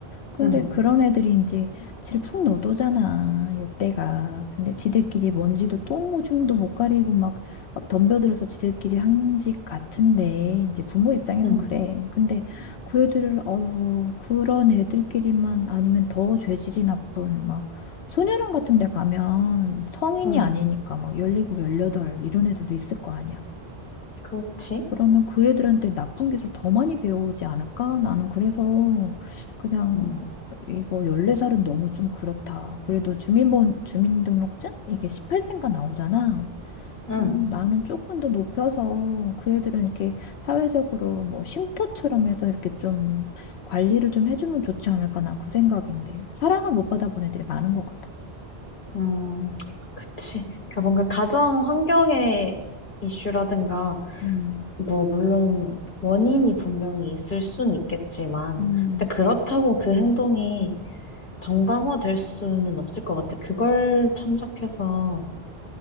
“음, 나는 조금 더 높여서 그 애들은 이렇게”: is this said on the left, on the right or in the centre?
Left